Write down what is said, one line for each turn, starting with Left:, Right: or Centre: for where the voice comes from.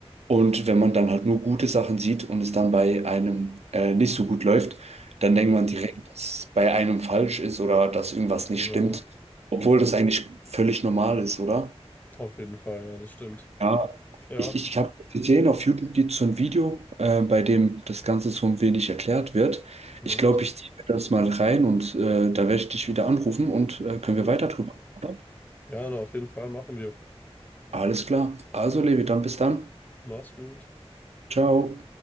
Right: Und wenn man dann halt nur gute Sachen sieht und es dann bei einem äh, nicht so gut läuft, dann
Left: hm,
Right: denkt man direkt, dass es bei einem falsch ist oder dass irgendwas
Left: genau.
Right: nicht stimmt, obwohl das eigentlich völlig normal ist, oder?
Left: Auf jeden Fall, ja, das stimmt.
Right: Ja,
Left: Ja,
Right: ich, ich habe gesehen, auf YouTube gibt es so ein Video, äh, bei dem das Ganze so ein wenig erklärt wird.
Left: hm,
Right: Ich glaube, ich ziehe mir das mal rein und äh, da werde ich dich wieder anrufen und äh, können
Left: mhm.
Right: wir weiter drüber, oder?
Left: Ja, auf jeden Fall machen wir.
Right: Alles klar. Also, Levi, dann bis dann.
Left: Mach's gut.
Right: Ciao.